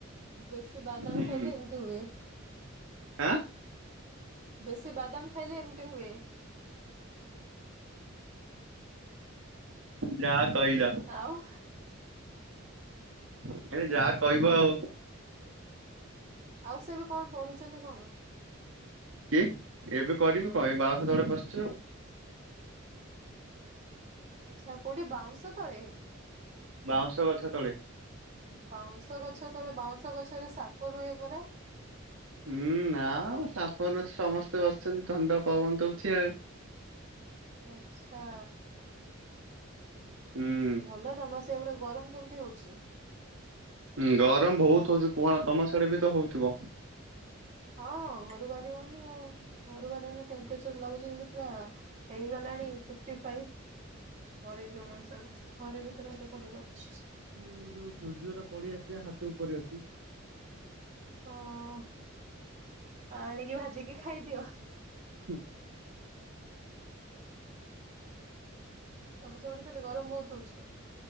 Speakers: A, on the right (about 35°); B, on the right (about 70°).
A: ବେଶୀ ବାଦାମ
B: ହୁଁ।
A: ଖାଇଲେ ଏମିତି ହୁଏ।
B: ଆଁ।
A: ବେଶୀ ବାଦାମ ଖାଇଲେ ଏମିତି ହୁଏ।
B: ଯାହା କହିଲ
A: ଆଉ।
B: ଏଇନେ ଯାହା କହିବ ଆଉ।
A: ଆଉ ସେ ଏବେ କଣ ପଢୁଛନ୍ତି କଣ?
B: କି ଏବେ କରିବି କଁ ଏଇ
A: ସେ
B: ବାଉଁଶ ତଳେ ପସିଚି ଆଉ।
A: ଆଚ୍ଛା କୋଉଠି ବାଉଁଶ ତଳେ।
B: ବାଉଁଶ ଗଛ ତଳେ।
A: ବାଉଁଶ ଗଛ ତଳେ ବାଉଁଶ ଗଛରେ ସାପ ରୁହେ ପରା?
B: ହୁଁ ନାଁ ଆଉ ସାପ ନୁ ସମସ୍ତେ ବସିଛନ୍ତି ଥଣ୍ଡା ପବନ ଦଉଛି ଆଉ।
A: ଆଚଛା।
B: ହୁଁ।
A: ଭଲ ତମର ସେ ପଟେ ଗରମ କେମିତି ହଉଛି?
B: ହୁଁ ଗରମ ବହୁତ ହଉଛି କୁହନା ତମ ସିଆଡେ ବି ତ ହଉଥିବ।
A: ହଁ ଘରୁ ବାହାରି ହଉନି ଆଉ ଘରୁ ବାହାରି ହଉନି ଟେମ୍ପରେଚର ଲାଗୁଛି ଯେମିତି ପୁରା ହେଇଗଲାଣି ଫିପ୍ଟିଫାଇପ ମରିଯିବ ମଣିଷ ଘରେ ଭିତରେ ହେଲେ ଭଲ ଲାଗୁଛି।
B: ସେ ଯୋଉ ସୂର୍ଯ୍ୟଟା ପଳେଇଆସି ହାତ ଉପରେ ଅଛି।
A: ହଁ ଆଣିକି ଭାଜିକି ଖାଇଦିଅ।
B: ହୁଁ।
A: ତମ ସେପଟେ ତାହାଲେ ଗରମ ବହୁତ ହଉଛି?